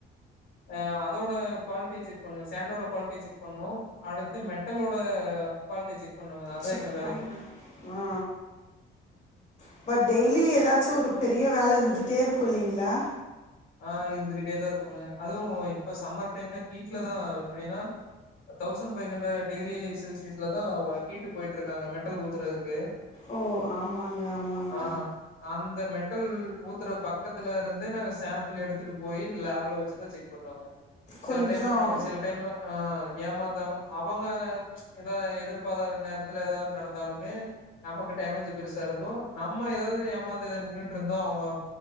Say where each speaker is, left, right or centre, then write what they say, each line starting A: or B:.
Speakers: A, on the left; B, on the left.
A: ஆ அதோட குவாலிட்டி செக் பண்ணு சேண்டோட குவாலிட்டி செக் பண்ணு அடுத்து மெட்டலோட குவாலிட்டி செக் பண்ணுங்க அதா
B: செரிப்பா
A: எங்க வேலைங்க
B: ஆ அப்ப டெய்லி எதா ச்சு ஒரு பெரிய வேல இருந்துட்டே இருக்கு இல்லைங்களா
A: ஆ இருந்துக்கிட்டே தா இருக்குங்க அதுவு இப்போ சம்மர் டைம்ல ஹீட்ல தா எப்டின்னா தௌசண்ட் ஃபைவ் ஹண்ட்ரட் டிகிரி செல்சியஸ்ல தா ஓ ஹீட்டு போய்ட்ருக்கு அங்க மெட்டல் ஊத்துறதுக்கு
B: ஓ ஆமாங்க ஆமாங்க
A: ஆஹ் அந்த மெட்டல் ஊத்துற பக் பக்கத்துலருந்து நாங்க சேம் ப்புள் எடுத்துட்டு போயி லேப்ல வச்சுதா செக் பண்ணுங்க சில
B: கொஞ்சம்
A: டைம் வந்து சில டைம்லா ஆ ஏமாந்தாலு அவங்க எதா எதிர்பாரத நேரத்துல ஏதாது நடந்தாலுமே நமக்கு டேமேஜு பெருசா இருக்கு நம்ம ஏதாது ஏமாந்து எதா நின்னுட் ருந்தா அவுங்க